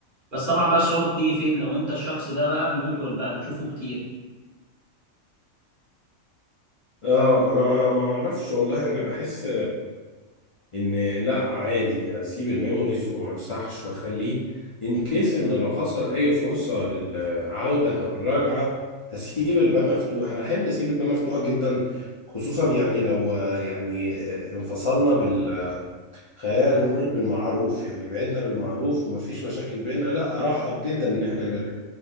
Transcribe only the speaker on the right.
بس طبعا بقى الصعوبه بتيجي فين لو انت الشخص ده بقى ميوتوال بقى بتشوفه كتير